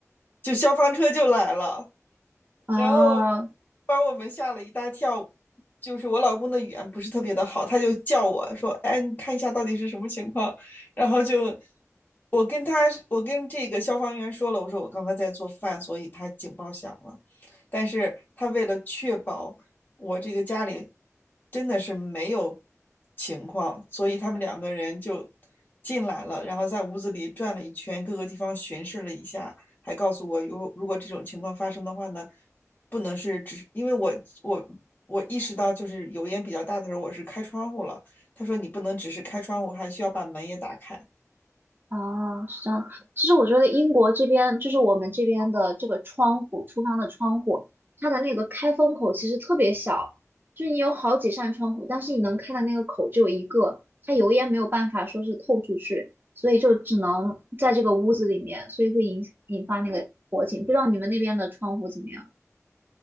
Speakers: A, on the left; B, on the right.
A: 就消防车就来了。
B: 啊。
A: 然后
B: 哦
A: 把我们吓了一大跳。就是我老公的语言不是特别的好，他就叫我说：“哎，你看一下到底是什么情况。”然后就我跟他，我跟这个消防员说了，我说我刚才在做饭，所以他警报响了。但是他为了确保我这个家里真的是没有情况，所以他们两个人就进来了，然后在屋子里转了一圈，各个地方巡视了一下，还告诉我，有如果这种情况发生的话呢，不能是只因为我我我意识到就是油烟比较大的时候，我是开窗户了。他说你不能只是开窗户，还需要把门也打开。
B: 哦，是这样的。其实我觉得英国这边，就是我们这边的这个窗户，厨房的窗户，它的那个开封口其实特别小，就是你有好几扇窗户，但是你能开的那个口只有一个，它油烟没有办法说是透出去，所以就只能在这个屋子里面，所以会引引发那个火警。不知道你们那边的窗户怎么样？